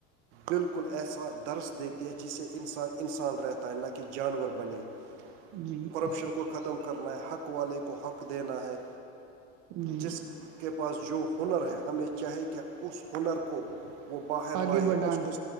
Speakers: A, on the right; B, on the right.
A: بالکل ایسا درس دیتی ہے جس سے انسان انسان رہتا ہے نہ کہ جانور بنے <inaudible>
B: جی
A: کرپشن کو ختم کرنا ہے حق والے کو حق دینا ہے
B: جی
A: جس کے پاس جو ہنر ہے ہمیں چاہے کہ اس ہنر کو وہ باہر
B: آگے
A: لائے
B: بڑھانا
A: اس کو